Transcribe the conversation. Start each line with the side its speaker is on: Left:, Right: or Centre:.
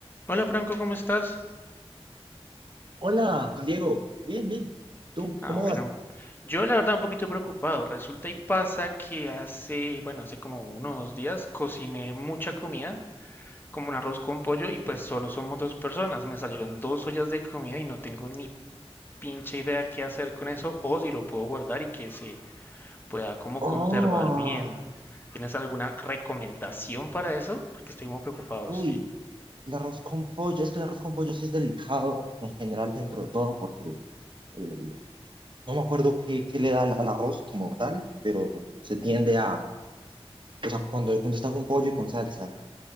Left: Hola Franco, ¿cómo estás?
Right: Hola, Juan Diego. Bien, bien. ¿Tú
Left: Ah,
Right: cómo
Left: bueno.
Right: vas?
Left: Yo la verdad un poquito preocupado. Resulta y pasa que hace, bueno, hace como uno o dos días cociné mucha comida, como un arroz con pollo, y pues solo somos dos personas. Me salieron dos ollas de comida y no tengo ni pinche idea qué hacer con eso o si lo puedo guardar y que se pueda como
Right: Oh,
Left: conservar bien. ¿Tienes alguna recomendación para eso? Porque estoy muy preocupado,
Right: uy,
Left: sí.
Right: el arroz con pollo. Es que el arroz con pollo sí es delicado en general dentro de todo porque el- el- el- no me acuerdo qué, qué le da al, al arroz como tal, pero se tiende a, o sea, cuando, cuando está con pollo y con salsa.